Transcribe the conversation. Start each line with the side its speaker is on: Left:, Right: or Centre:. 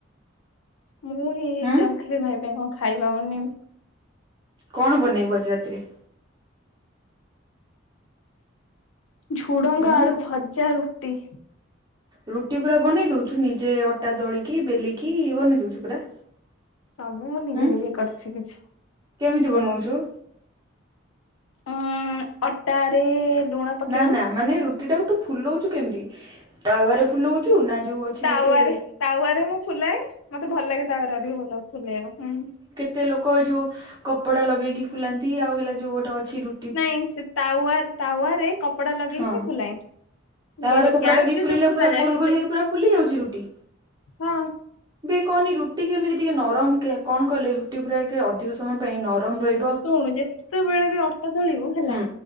Left: ମୁଁ ହେଇ
Right: ହୁଁ
Left: ଯାଉଥିଲି ଭାଇ ପାଇଁ କଣ ଖାଇବା ବନେଇବି।
Right: କଣ ବନେଇବୁ ଆଜି ରାତିରେ
Left: ଝୁଡଙ୍ଗ
Right: ହୁଁ?
Left: ଆଳୁ ଭଜା ରୁଟି।
Right: ରୁଟି ପୁରା ବନେଇ ଦଉଛୁ ନିଜେ ଅଟା ଦଳିକି ବେଲିକି ବନେଇ ଦଉଛୁ ପୁରା।
Left: ସବୁ ମୁଁ ନିଜେ
Right: ହୁଁ?
Left: ନିଜେ କରି ଶିଖିଛି।
Right: କେମିତି ବନଉଛୁ।
Left: ଉଁ ଅଟାରେ। ଲୁଣ ପକେଇବୁ
Right: ନା ନା ମାନେ ରୁଟି ଟାକୁ ତୁ ଫୁଲଉଛୁ କେମିତି ତାୱରେ ଫୁଲଉଛୁ ନା ଯୋଉ ଅଛି
Left: ତାୱାରେ
Right: ଗୋଟେ
Left: ତାୱାରେ ମୁଁ ଫୁଲାଏ ମତେ ଭଲ ଲାଗେ ତାୱାଟା ଅଧିକ ଭଲ ଫୁଲେଇବ ହୁଁ।
Right: ତେ ଲୋକ ଏଇ ଯୋଉ କପଡା ଲଗେଇକି ଫୁଲାନ୍ତି ଆଉ ହେଲା ଯୋଉ ଗୋଟେ ଅଛି ରୁ
Left: ନାଇଁ ସେ ତାୱା ତାୱାରେ କପଡ଼ା ଲଗେଇକି
Right: ହଁ
Left: ଫୁଲାଏ। ବୁଝିପାଇଲୁ
Right: ତାୱାରେ କପଡା
Left: ଗ୍ୟାସରେ
Right: ଲଗେଇ ଫୁଲିଲେ
Left: ଯୋଉ ଫୁଲା
Right: ପୁରା
Left: ଯାଏ
Right: ଗୋଲ
Left: ସେଥିରେ
Right: ଗୋଲ ହେଇକି ପୁରା ଫୁଲି ଯାଉଛି ରୁଟି।
Left: ହଁ।
Right: ବେ କହନି ରୁଟି କେମିତି ଟିକେ ନରମ କେ କଣ କଲେ ରୁଟି ପୁରା କେ ଅଧିକ ସମୟ ପାଇଁ ନରମ ରହି
Left: ଶୁଣୁ ଯେତେବେଳେ ବି ଅଟା ଦଳିବୁ ହେଲା
Right: ହୁଁ।